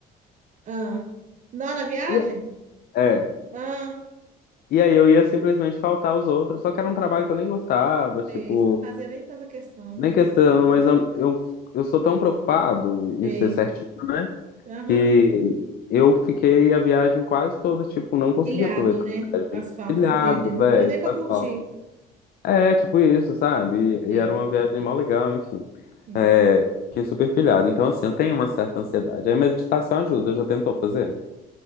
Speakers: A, on the right (about 45°); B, on the left (about 65°).
A: ah. Não, na viagem?
B: E- É.
A: Ah,
B: E aí eu ia simplesmente faltar os outros, só que era um trabalho que eu nem gostava, tipo,
A: sei. Você não fazia nem tanta questão, né?
B: nem questão, mas eu, eu, eu sou tão preocupado em
A: Sei.
B: ser certinho. né?
A: Aham.
B: E eu fiquei a viagem quase toda, tipo, não consegui
A: Pilhado,
B: aproveitar
A: né?
B: a viagem.
A: Asfalto,
B: Pilhado,
A: seta. Não
B: velho,
A: deu nem pra
B: faz
A: curtir.
B: falta. É, tipo isso, sabe? E,
A: Sei.
B: e era uma viagem mó legal, enfim.
A: Hum.
B: É, fiquei super pilhado. Então, assim, eu tenho uma certa ansiedade. Aí meditação ajuda, já tentou fazer?